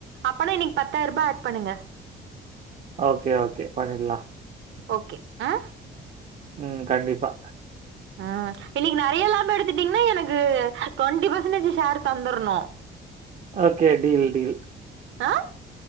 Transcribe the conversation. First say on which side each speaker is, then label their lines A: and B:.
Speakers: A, on the right; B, on the right.
A: அப்பனா இன்னக்கி பத்தாயிரூபா ஆட் பண்ணுங்க
B: ஓகே ஓகே பண்ணிட்லா
A: ஓகே ஆ
B: ம் கண்டிப்பா
A: ஆ இன்னக்கி நறையா லாபோ எடுத்துட்டீங்கன்னா எனக்கு டுவெண்ட்டி பர்சன்டேஜ் ஷேர் தந்தர்ணு
B: ஓகே டீல் டீல்
A: ஆ